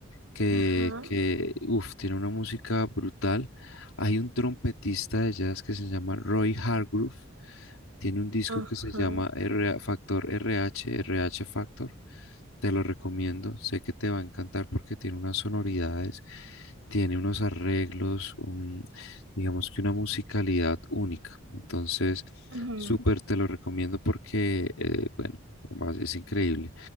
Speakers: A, on the left; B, on the right.
A: que,
B: Ajá,
A: que uf, tiene una música brutal. Hay un trompetista de jazz que se llama Roy Hargrove, tiene un disco
B: ajá,
A: que se llama R- Factor R H R H Factor. Te lo recomiendo, sé que te va a encantar porque tiene unas sonoridades, tiene unos arreglos, un- digamos que una musicalidad única. Entonces,
B: ujú,
A: súper te lo recomiendo porque, eh, bueno, va- es increíble.